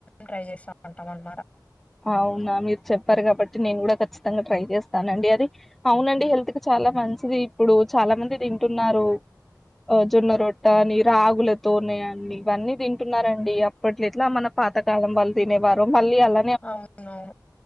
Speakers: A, on the left (about 20°); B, in the centre.
A: ట్రై చేస్తామంటాం అన్నమాట.
B: అవునా మీరు చెప్పారు కాబట్టి నేన్ గుడా ఖచ్చితంగా ట్రై చేస్తానండి అది అవునండి హెల్త్కి చా లా మంచిది ఇప్పుడు చాలా మంది తింటున్నారు ఆ జొన్న రొట్ట అని రాగుల తోనేయండి ఇవన్నీ తింటున్నారండి అప్పట్లెట్లా మన పాతకాలం వాళ్ళు తినేవారో మళ్ళీ అలా
A: అవునవును